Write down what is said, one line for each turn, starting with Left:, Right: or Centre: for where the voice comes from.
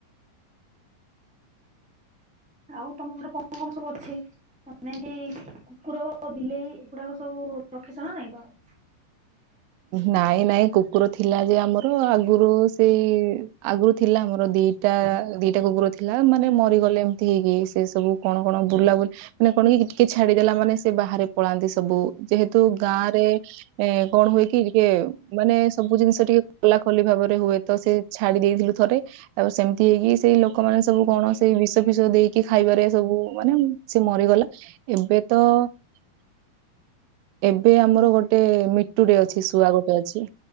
Centre: ଆଉ ତମ ଘରେ କଣ କଣ ସବୁ ଅଛି। ଯେନ୍ତି କୁକୁର ବିଲେଇ ଏଗୁଡାକ ସବୁ ରଖିଛ ନା ନାଇଁ ତମେ?
Right: ନାଇଁ ନାଇଁ କୁକୁର ଥିଲା ଯେ ଆମର। ଆଗୁରୁ ସେଇ ଆଗୁରୁ ରୁ ଥିଲା ଆମର ଦିଟା ଦିଟା କୁକୁର ଥିଲା। ମାନେ ମରିଗଲେ ଏମିତି। ହେଇକି ସେ ସବୁ କଣ କଣ ବୁଲା ବୁଲାବୁଲି ମାନେ କଣ କି ଟିକେ ଛାଡିଦେଲା ମାନେ ସେ ବାହାରେ। ପଳାନ୍ତି ସବୁ ଯେହେତୁ ଗାଁ ରେ ଏ କଣ ହୁଏ କି ଟିକେ ମାନେ ସବୁ ଜିନିଷ ଟିକେ ଖୋଲା ଖୋଲି ଭାବରେ ହୁଏତ ସେ ଛାଡି ଦେଇଥିଲୁ ଥରେ ତାପରେ ସେମିତି ହେଇକି ସେଇ ଲୋ କମାନେ ସବୁ କଣ ସେଇ ବିଷ ଫୀସ ଦେଇ କି ଖାଇବାରେ ସବୁ ମାନେ ସେ ମରିଗଲା। ଏବେ ତ <inaudible> ଏବେ ଆମର ଗୋଟେ ମିଟୁ ଟେ ଅଛି। ଶୁଆ ଗୋ ଅଛି।